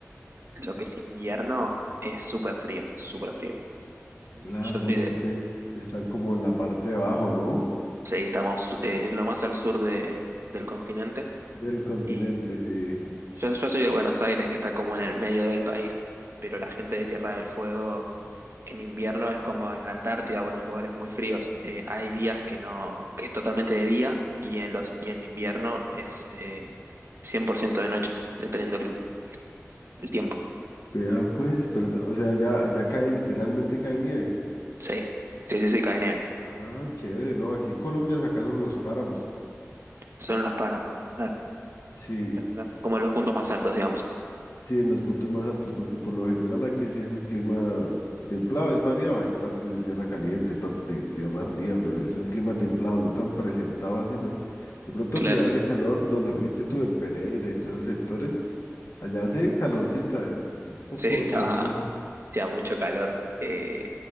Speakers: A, on the right (about 55°); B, on the left (about 75°).
A: lo que es invierno es súper frío, súper frío. Yo
B: Claro,
A: soy
B: por lo
A: de,
B: que ustedes están como en la parte de abajo, ¿no?
A: sí, estamos eh,
B: Eh,
A: lo más
B: eh,
A: al sur de, del continente
B: Del continente,
A: y
B: sí.
A: Yo, yo soy de Buenos Aires, que está como en el medio del país, pero la gente de Tierra del Fuego en invierno es como en la Antártida o en los lugares muy fríos. Eh, hay días que no, que es totalmente de día y en los, y en invierno es eh, 100% de noche, dependiendo el, el tiempo.
B: Vea pues, pero, no, o sea, ya, ya cae, literalmente cae nieve.
A: Sí, sí, sí, sí, cae nieve.
B: Ah, chévere, ¿no? Aquí en Colombia acá son los páramos.
A: Son los páramos, claro,
B: Sí,
A: claro, claro. Como en los puntos más altos, digamos.
B: sí, en los puntos más altos, porque por lo general aquí sí es un clima templado, es variado, hay partes de tierra caliente, partes de tierra fría, pero es un clima templado, no tan presentado así, ¿no? De pronto
A: claro
B: que hace calor donde fuiste tú, en Pereira y todos esos sectores, Allá hace calorcita, es un poco
A: Sí, estaba,
B: chornoso,
A: hacía mucho calor. Eh,